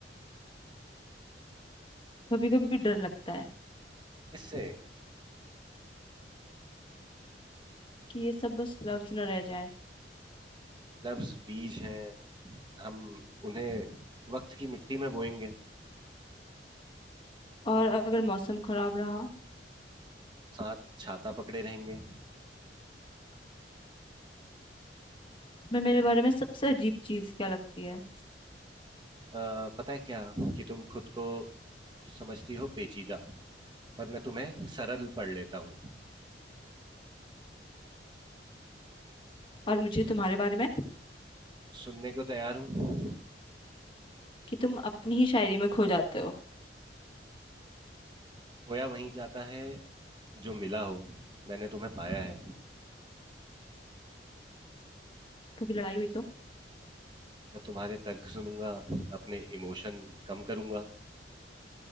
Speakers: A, on the left; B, on the right.
A: कभी कभी डर लगता है
B: किससे
A: कि ये सब बस लफ्ज न रह जाए
B: लफ्ज बीज हैं हम उन्हें वक्त की मिट्टी में बोएंगे
A: और अगर मौसम खराब रहा
B: साथ छाता पकड़े रहेंगे
A: मैं मेरे बारे में सबसे अजीब चीज क्या लगती है
B: आ, पता है क्या कि तुम खुद को समझती हो पेचीदा पर मैं तुम्हें सरल पढ़ लेता हूँ
A: और मुझे तुम्हारे बारे में
B: सुनने को तैयार हूँ
A: कि तुम अपनी ही शायरी में खो जाते हो
B: खोया वहीं जाता है जो मिला हो मैंने तुम्हें पाया है
A: कभी लड़ाई हुई तो
B: मैं तुम्हारे तर्क सुनूंगा अपने इमोशन कम करूंगा